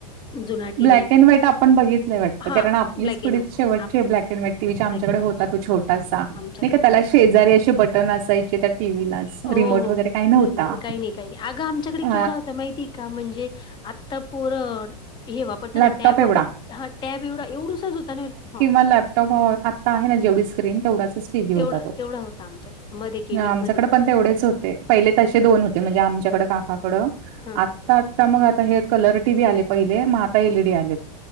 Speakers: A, on the left; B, on the right.
A: जुना T
B: black
A: V
B: and white आपण बघितलंय वाटतं
A: हा
B: कारण आपलीच
A: ब्लॅक
B: पिढी
A: अँड व्हाईट
B: शेवटची
A: आपलेच
B: ब्लॅक अँड व्हाईट टीव्हाचा आमच्याकडे
A: ब्लॅक अँड
B: होतो
A: व्हाईट
B: छोटासा नाही
A: आमच्याकडे
B: का त्याला
A: पण होता
B: शे जरी असे बटन असायचे त्या टीव्हीलाच
A: हो
B: रिमोट
A: हो
B: वगैरे काही नव्हता.
A: काही नाही काही अगं आमच्याकडे
B: अ
A: केवढा होता माहितीय का? म्हणजे आता पोर हे वापरता ना
B: लॅपटॉप
A: टॅब वापर,
B: एवढा
A: हा टॅब एवढा एवढुसाच होता ना ह
B: त्या लॅपटॉप वर आत्ता आहे ना जेवढी स्क्रीन तेवढाच टीव्ही होता
A: तेवढा,
B: तो.
A: तेवढा होता आमच्या मध्ये केबिन
B: आमच्याकडे
A: मध्ये.
B: पण तेवढेच होते पहिले तसे दोन होते म्हणजे आमच्याकड काकाकडं
A: हा
B: आत्ता मग आता हे कलर टी व्ही आले पहिले मग आता एलईडी
A: हा
B: आलेत.